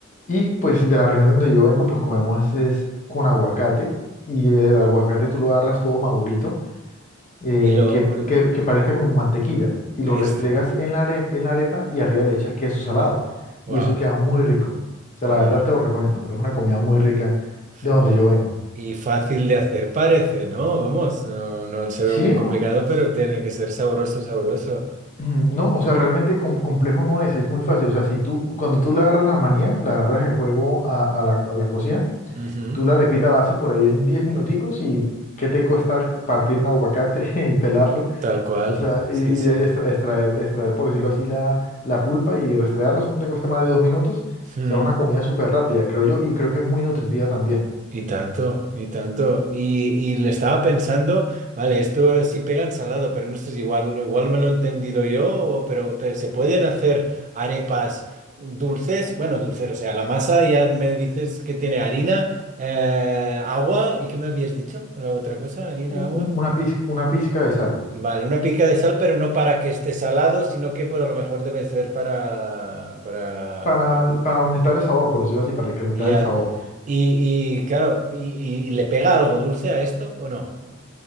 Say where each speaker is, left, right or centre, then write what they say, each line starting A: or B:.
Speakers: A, on the left; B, on the right.
A: Y pues de la región donde yo vengo, pues comemos es con aguacate, y el aguacate tú lo agarras todo madurito eh,
B: Y lo,
A: que,
B: ol-
A: que- que parezca como mantequilla y lo
B: esta,
A: restregas en la, are- en la arepa y arriba le echas queso salado
B: wow,
A: y eso queda muy rico. O sea,
B: ya.
A: la verdad te lo recomiendo, es una comida muy rica de donde
B: Jo.
A: yo vengo.
B: Y fácil de hacer parece, ¿no? Vamos, no, no se
A: Sí,
B: ve muy
A: no,
B: complicado, pero tiene que ser sabroso, sabroso.
A: <clears throat> mm, no, o sea, realmente com- complejo no es, es muy fácil. O sea, si tú, cuando tú le agarras la manía, le agarras el juego a, a la, a la cocina,
B: Ujú.
A: tú la arepita la haces por ahí en 10 minuticos y ¿qué te cuesta partir un aguacate <laughs> y pelarlo?
B: Tal cual,
A: O sea, y,
B: sí,
A: y
B: sí.
A: extra- extraer, extraer, por decirlo así, la, la pulpa y restregarla, eso no te cuesta más de dos minutos.
B: Mm.
A: O sea, es una comida súper rápida, creo yo, y creo que es muy nutritiva también.
B: Y y tanto, y tanto. Y, y le estaba pensando, vale, esto sí pega ensalado, pero no sé si igual, igual me lo he entendido yo, o, pero te- se pueden hacer arepas dulces, bueno, dulces, o sea, la masa ya me dices que tiene harina, eh, agua, ¿y qué me habías dicho? La otra cosa, harina,
A: Un-
B: agua.
A: un- una pizca, una pizca de sal
B: Vale, una pica de sal, pero no para que esté salado, sino que pues a lo mejor debe ser para, para,
A: para,
B: bueno,
A: para aumentar el sabor, por decirlo así, para incrementar
B: ya.
A: el sabor.
B: Y, y, claro, y, y- y le pega algo dulce a esto o no?